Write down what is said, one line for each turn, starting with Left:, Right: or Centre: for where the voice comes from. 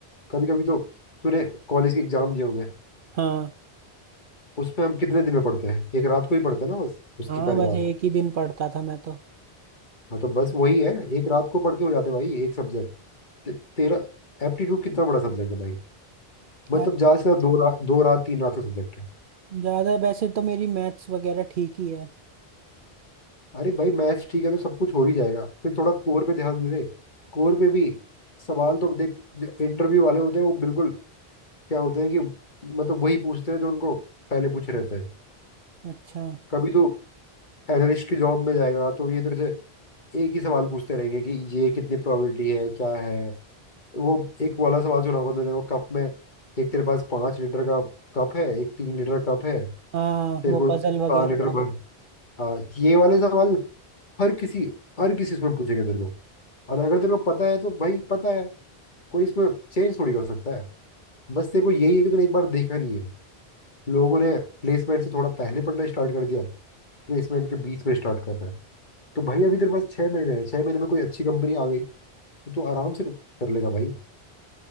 Left: कभी कभी तो तूने कॉलेज के एग्जाम दिए होंगे
Right: हाँ
Left: उसमें हम कितने दिन में पढ़ते हैं एक रात को ही पढ़ते हैं ना बस उसकी
Right: हाँ
Left: पहले
Right: बस
Left: रात
Right: एक
Left: को
Right: ही दिन पढ़ता था मैं तो
Left: हाँ तो बस वही है एक रात को पढ़ के हो जाते हैं भाई एक सब्जेक्ट ते, तेरा एप्टीट्यूड कितना बड़ा सब्जेक्ट है भाई मतलब
Right: ऐप-
Left: ज्यादा से ज्यादा दो रात दो रात तीन रात का सब्जेक्ट है
Right: ज्यादा वैसे तो मेरी मैथ्स वगैरह ठीक ही है
Left: अरे भाई मैथ्स ठीक है तो सब कुछ हो ही जाएगा फिर थोड़ा कोर पे ध्यान दे कोर पे भी सवाल तो देख जो इंटरव्यू वाले होते हैं वो बिल्कुल क्या होता है कि मतलब वही पूछते हैं जो उनको पहले पूछे रहते हैं
Right: अच्छा
Left: कभी तो एनालिस्ट की जॉब में जाएगा तो ये इधर से एक ही सवाल पूछते रहेंगे कि ये कितनी प्रोबेबिलिटी है क्या है वो एक वाला सवाल सुना होगा तूने वो कप में एक तेरे पास पाँच लीटर का कप है एक तीन लीटर कप है
Right: हाँ
Left: तेरे
Right: वो
Left: को
Right: पजल
Left: चार
Right: वगैरह
Left: लीटर
Right: वाले
Left: भर हाँ ये वाले सवाल हर किसी हर किसी इसमें पूछेंगे तेरे को और अगर तेरे को पता है तो भाई पता है कोई इसमें चेंज थोड़ी कर सकता है बस तेरे को यही है कि तूने एक बार देखा नहीं है लोगों ने प्लेसमेंट से थोड़ा पहले पढ़ना स्टार्ट कर दिया प्लेसमेंट के बीच में स्टार्ट कर रहा है तो भाई अभी तेरे पास छह महीने हैं छह महीने में कोई अच्छी कंपनी आ गई तो तू आराम से कर लेगा भाई